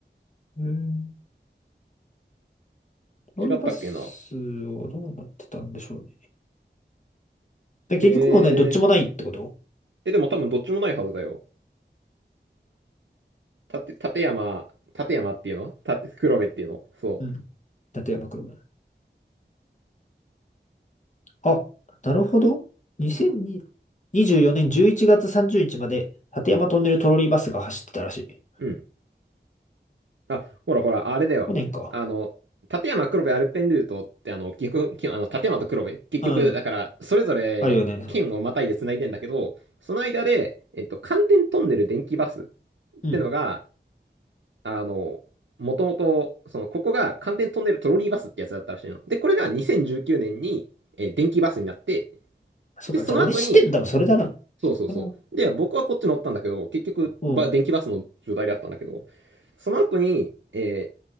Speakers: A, on the left (about 40°); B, on the right (about 80°).
A: うーん。トロリーバスはどうなってたんでしょうね。
B: 違ったっけな。
A: で、
B: へえ。
A: 結局もうね、どっちもないってこと
B: え、でも多分どっちもないはずだよ。たて、立山、立山っていうのたて、黒部っていうのそ
A: うん。立山黒部。あ、なるほど。2024年11月30日まで、立山トンネルトロリーバスが走ってたらしい。
B: う。うん。あ、ほらほら、あれだよ。
A: 去年か。
B: あの、立山黒部アルペンルートって、あの、結局、きあの、立山と黒部、結局、
A: うん。
B: だから、それぞれ県をまたいで繋いでんだけど、
A: あるよね。そう
B: その間で、えっと、寒天トンネル電気バスってのが、
A: うん。
B: あの、もともと、その、ここが寒天トンネルトロリーバスってやつだったらしいの。で、これが2019年に、えー電気バスになって、
A: そっか。
B: で、その後に、
A: じゃあ俺知ってんの多分それだな。
B: そうそうそう。
A: それは
B: で、僕はこっち乗ったんだけど、結局、
A: うん。
B: ば、電気バスの状態であったんだけど、その後に、えー